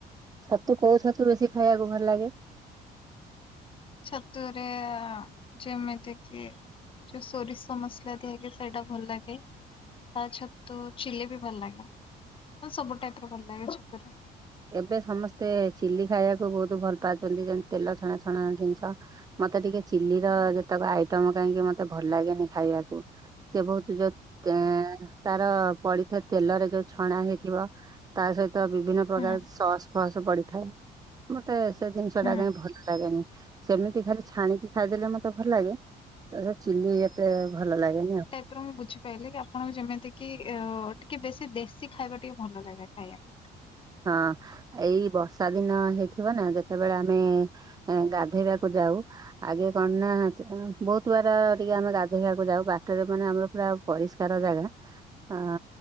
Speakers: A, on the right; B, on the left.
A: ଛତୁ କୋଉ ଛତୁ ବେଶୀ ଖାଇବାକୁ ଭଲ ଲାଗେ?
B: ଛତୁରେ ଆ ଯେମିତି କିି। ଯୋଉ ସୋରିଷ ମସଲା ଦିଆହେଇକି ସେଇଟା ଭଲ ଲାଗେ। ଆଉ ଛତୁ ଚିଲି ବି ଭଲ ଲାଗେ। ଉଁ ସବୁ ଟାଇପ ର ଭଲ ଲାଗେ ଛତୁରେ।
A: ଏବେ ସମସ୍ତେ ଚିଲି ଖାଇବାକୁ ବହୁତ ଭଲ ପାଉଛନ୍ତି ଯେମିତି ତେଲ ଛଣାଛଣା ଜିନିଷ। ମତେ ଟିକେ ଚିଲିର
B: ହୁଁ
A: ଯେତେକ ଆଇଟମ କାହିଁକି ମତେ ଭଲ ଲାଗେନି ଖାଇବାକୁ ସେ ବହୁ ତ ଯୋଉ ତାଁ ତାର ପଡିଥିବା ତେଲରେ ଯୋଉ ଛଣା ହେଇଥିବ। ତା ସହିତ ବିଭିନ୍ନ ପ୍ରକାର
B: ହୁଁ
A: ସସ ଫସ ପଡିଥାଏ ମତେ। ସେ ଜିନିଷ
B: ହୁଁ।
A: ଟା କାହିଁ ଭଲ ଲାଗେନି ସେମିତି ଖାଲି ଛାଣିକି ଖାଇଦେଲେ ମତେ ଭଲ ଲାଗେ। ତ ସେ ଚିଲି ଏତେ ଭଲ ଲାଗେନି ଆଉ।
B: ତ୍ର ମୁଁ ବୁଝିପାଈଲିି କି ଆପଣଙ୍କୁ ଯେମିତି କିି ଅ ଟିକେ ବେଶୀ ଦେଶୀ ଖାଇବା ଟିକେ ଭଲ ଲାଗେ ଖାଇବାକୁ।
A: ହଁ ଏଇ ବର୍ଷା ଦିନ ହେଇଥିବ ନା ଯେତେବେଳେ ଆମେ। ଏଁ ଗାଧେଇବାକୁ ଯାଉ। ଆଗେ କଣ ନା ତ ଅଁ ବହୁତ ବାଟ ଟିକେ ଆମେ ଗାଧେଇବାକୁ ଯାଉ ବାଟରେ ମାନେ ଆମର ପୁରା। ପରିଷ୍କାର ଜାଗା ଅ